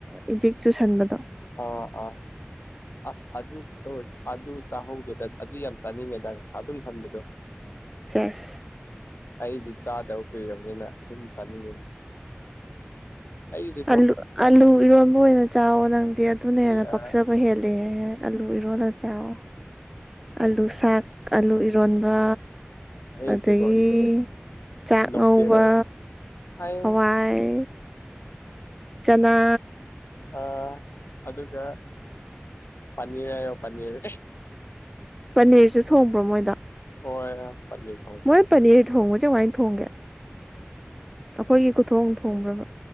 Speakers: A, in the centre; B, on the left (about 65°).
A: ꯏꯗꯤꯛ ꯆꯨꯁꯟꯕꯗꯣ
B: ꯑꯥ ꯑꯥ ꯑꯁ ꯑꯗꯨ ꯇꯧ ꯑꯗꯨ ꯆꯥꯍꯧꯒꯦꯗ ꯑꯗꯨ ꯌꯥꯝ ꯆꯥꯅꯤꯡꯉꯦꯗ ꯑꯗꯨꯝ ꯈꯟꯕꯗꯣ
A: ꯆꯦꯁ
B: ꯑꯩꯗꯤ ꯆꯥꯗꯕ ꯀꯨꯏꯔꯝꯅꯤꯅ ꯑꯗꯨꯝ ꯆꯥꯅꯤꯡꯉꯤ ꯑꯩꯁꯦꯀꯣ
A: ꯑꯂꯨ
B: ꯀꯩ
A: ꯑꯥꯂꯨ
B: ꯍꯥꯏꯇꯥꯔꯦ
A: ꯏꯔꯣꯟꯕ ꯑꯣꯏꯅ ꯆꯋꯣ ꯅꯪꯗꯤ ꯑꯗꯨꯅ
B: ꯑꯩ
A: ꯍꯦꯟꯅ ꯄꯥꯛꯆꯕ
B: ꯑꯥ
A: ꯍꯦꯜꯂꯦ ꯍꯦ ꯑꯂꯨ ꯏꯔꯣꯜꯂ ꯆꯥꯎ ꯑꯂꯨ ꯁꯥꯛ ꯑꯂꯨ ꯏꯔꯣꯟꯕ
B: ꯑꯩꯁꯦꯀꯣ
A: ꯑꯗꯩꯩ ꯆꯥꯛ
B: ꯂꯣꯀꯦꯜ
A: ꯉꯧꯕ
B: ꯑꯩ
A: ꯍꯋꯥꯏ ꯆꯅꯥ
B: ꯑꯥ ꯑꯗꯨꯒ ꯄꯟꯅꯤꯔ ꯍꯥꯌꯣ ꯄꯟꯅꯤꯔ
A: ꯄꯅꯤꯔꯁꯨ ꯊꯣꯡꯕ꯭ꯔꯣ ꯃꯣꯏꯗꯣ
B: ꯍꯣꯏ ꯄꯅꯤꯔ ꯊꯣꯡ
A: ꯃꯣꯏ ꯄꯔꯅꯤꯔ ꯊꯣꯡꯕꯁꯦ ꯀꯃꯥꯏ ꯊꯣꯡꯒꯦ ꯑꯩꯈꯣꯏꯒꯤ ꯈꯨꯊꯣꯡ ꯊꯣꯡꯕ꯭ꯔꯕ